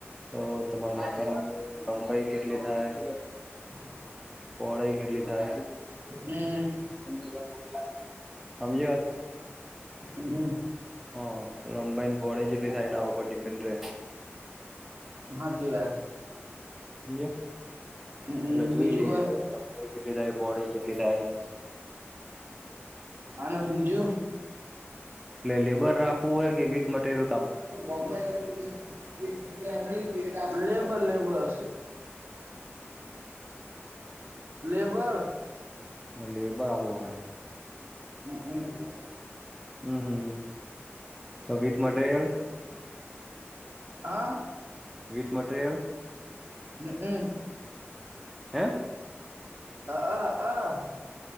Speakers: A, in the centre; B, on the right.
A: તો તમારું મકાન લંબાઈ કેટલી થાય.
B: <inaudible>
A: પોળાઈ કેટલી થાય
B: હમ
A: સમજી વાત.
B: હમ્મ.
A: હા લંબાાઈને પહોળાઈ કેટલી થાય એના ઉપર ડીપેન્ડ રે.
B: હાચી વાત.
A: જ
B: હમ
A: એટલે જોઈ
B: બીજું
A: લઈએ લંબાઈ કેટલી થાય પહોળાઈ કેટલી થાય.
B: અને બીજું
A: એટલે લેબર રાખવું હોય કે વથ material
B: Bombay air ticket labour labour. Labour
A: હ લેબર આું હે.
B: હમ્મ હમ્મ.
A: હમ હમ હમ તો વિથ મટરિયલ.
B: હા.
A: With material.
B: હમ્મ હમ્મ.
A: હે.
B: અ હ હ.